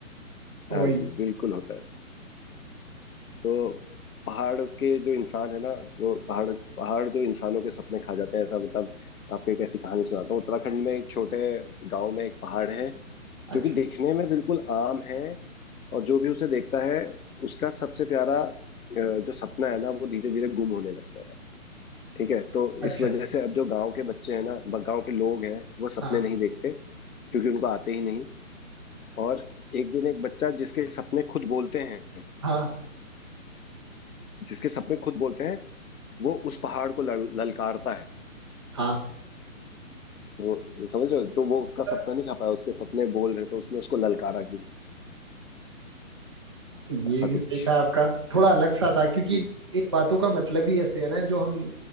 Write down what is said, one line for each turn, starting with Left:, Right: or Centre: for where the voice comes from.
Right: वही
Left: हाँ जी बिल्कुल होता है तो पहाड़ के जो इंसान है ना वो पहाड़ पहाड़ जो इंसानों के सपने खा जाते हैं ऐसा मतलब आपको एक ऐसी कहानी सुनाता हूँ उत्तराखंड में एक छोटे गांव में एक पहाड़ है
Right: अच्छा
Left: जो कि दिखने में बिल्कुल आम है और जो भी उसे देखता है उसका सबसे प्यारा अ, जो सपना है ना वो धीरे धीरे गुम होने लगता है ठीक है तो
Right: अच्छा
Left: इस वजह से अब जो गांव के बच्चे हैं ना ब- गांव के लोग हैं वो सपने
Right: हाँ
Left: नहीं देखते क्योंकि उनको आते ही नहीं और एक दिन एक बच्चा जिसके सपने खुद बोलते हैं
Right: हाँ
Left: जिसके सपने खुद बोलते हैं वो उस पहाड़ को लल- ललकारता है
Right: हाँ
Left: वो समझ रहे हो तो वो उसका
Right: <laughs>
Left: सपना नहीं खा पाया उसके सपने बोल रहे थे उसने उसको ललकारा कि
Right: ये
Left: ऐसा
Right: भी
Left: कुछ
Right: सही था आपका थोड़ा अलग सा था क्योंकि
Left: हम्म,
Right: इन बातों का मतलब ही ऐसे है ना जो हम